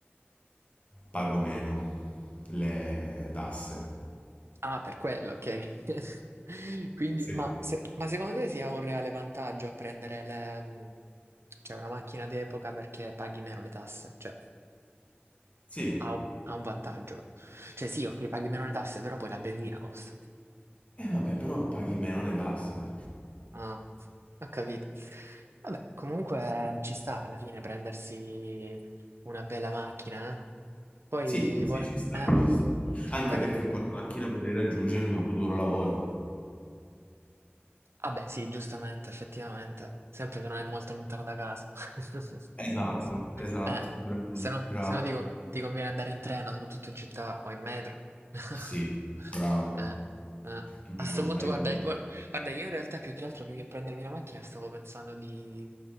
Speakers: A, on the left; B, on the right.
A: pago meno le tasse.
B: Ah, per quello, ok. <laughs> Quindi,
A: Sì.
B: ma, se- ma secondo te sia un reale vantaggio a prendere le, mm, cioè una macchina d'epoca perché paghi meno le tasse? Cioè,
A: Sì,
B: ha un, ha un vantaggio. Cioè, sì, ok, paghi meno le tasse, però poi la benzina costa.
A: e vabbè, però paghi meno le tasse.
B: Ah, ho capito. Vabbè, comunque ci sta alla fine prendersi una bella macchina. eh. Poi,
A: Sì, sì,
B: vuole-
A: ci sta,
B: eh,
A: ci sta.
B: guarda.
A: Anche perché con la macchina potrei raggiungere il mio futuro lavoro.
B: Ah beh, sì, giustamente, effettivamente. Sempre che non è molto lontano da casa. <laughs>
A: Esatto, esatto,
B: Eh,
A: bravo,
B: se no,
A: bravo.
B: se no ti, con- ti conviene andare in treno, soprattutto in città o in metro. <laughs>
A: Sì, bravo,
B: Eh, eh.
A: bravo,
B: A sto punto,
A: hai
B: guarda,
A: capito.
B: Guarda, io in realtà più che altro, più che prendermi la macchina, stavo pensando di,